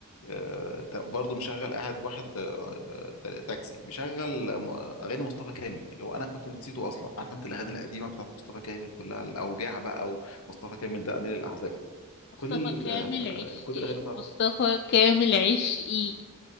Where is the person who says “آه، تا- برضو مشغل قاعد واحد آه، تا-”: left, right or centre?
Left